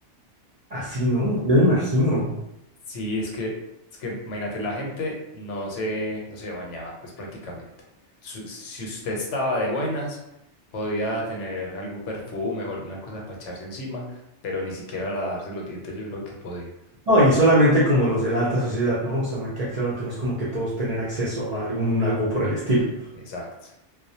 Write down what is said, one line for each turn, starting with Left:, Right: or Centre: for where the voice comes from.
Right: Así, ¿no? Yo me imagino.
Left: Sí, es que, es que imagínate, la gente no se, no se bañaba, pues prácticamente. Su- Si usted estaba de buenas, podía tener algún perfume o alguna cosa para echarse encima, pero ni siquiera lavarse los dientes yo creo que podía.
Right: No, y solamente como los de la alta sociedad, ¿no? O sea, me queda claro que no es como que todos tenían acceso a algún algo por el estilo.
Left: Exacto.